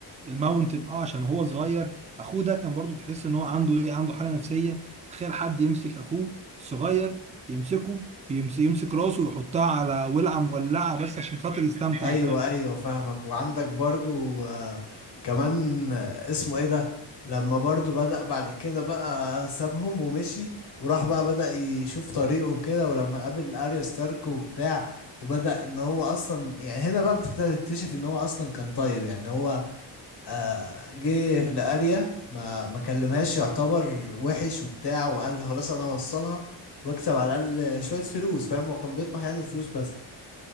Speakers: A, on the right; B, on the left.
A: الماونتن اه عشان هو صغير اخوه ده كان برضو تحس ان هو عنده ايه عنده حاله نفسيه تخيل حد يمسك اخوه الصغير يمسكه يمسك, يمسك راسه ويحطها على ولعه مولعه بس عشان خاطر يستمتع
B: ايوه
A: وكلام
B: ايوه فاهمك وعندك برضو آه، كمان آه، اسمه ايه ده لما برضو بدأ بعد كده بقى سابهم ومشي وراح بقى بدأ يشوف طريقه وكده ولما قابل اريا ستارك وبتاع وبدأ ان هو اصلا يعني هنا بقى بتبتدي تكتشف ان هو اصلا كان طيب يعني هو آه، جه لاريا ما ما كلمهاش يعتبر وحش وبتاع وقال خلاص انا هوصلها واكسب على الاقل شويه فلوس فاهم هو كان بيطمح يعني الفلوس بس